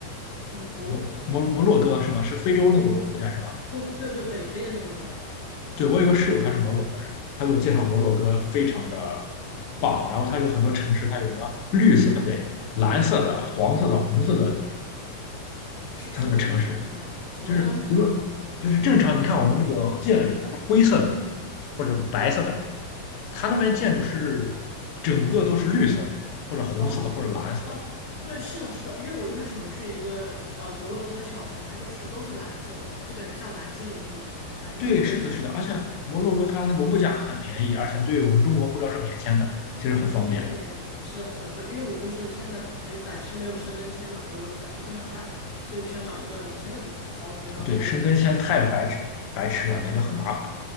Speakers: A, on the left; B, on the left.
A: 摩摩洛，
B: 摩摩摩洛哥是吗？
A: 哦嗯
B: 是非洲那个国家是吗？
A: 摩洛哥，对对对，北非的那个国家，
B: 对，我有个室友，他是摩洛哥人，他给我介绍摩洛哥非常的棒，然后他有很多城市，它有什么绿色，啊对，蓝色的、黄色的、红色的，就是
A: 什什么意思？
B: 它那个城市，
A: 什么什么叫绿色的红色的红色的？
B: 就是如果就是正常，你看我们这个建筑，它是灰色的对吧或者白色的，
A: 对，
B: 它那边建筑是整个都是绿色的，或者红色的，
A: 哦哦，
B: 或者蓝色的。
A: 对，是的，是的，因为我就是想去一个呃摩洛哥的小城，它就是都是蓝色的，就感觉像蓝精灵一样，蓝精灵的世
B: 对，是的，是的，而且摩洛哥它那个物价很便宜，而且对我们中国护照是免签的，其实很方便。
A: 对，是的，是的，对，因为我就是现在没有，暂时没有申根签嘛，我又暂时不想办，所以就想找一个免签的地方，然后我就觉得摩洛哥还挺。
B: 对，申根签太白痴白痴了，感觉很麻烦。